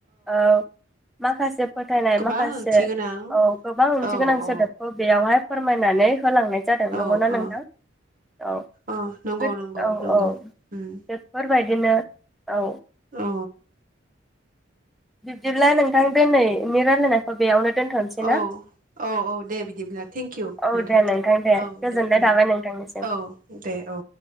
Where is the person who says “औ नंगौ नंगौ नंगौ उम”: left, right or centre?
Right